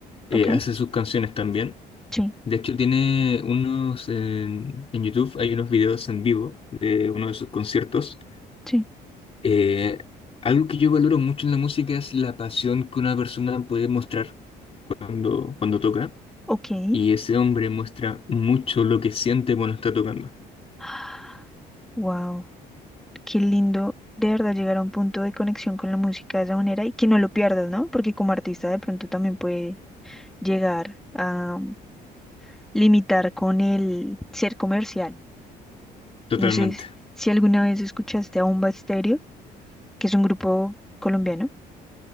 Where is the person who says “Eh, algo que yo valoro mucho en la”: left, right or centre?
Left